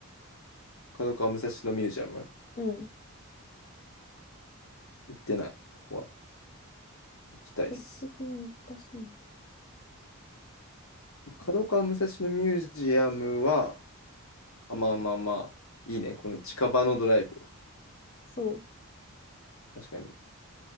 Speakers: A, on the left (about 65°); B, on the left (about 40°).
A: 角川武蔵野ミュージアム。
B: うん。
A: 行ってない。ここは行きたいっす。
B: 距離的に難しいな。
A: 角川武蔵野ミュージアムは、あ、まあまあまあ、いいね。この近場のドライブ。
B: そ
A: 確かに。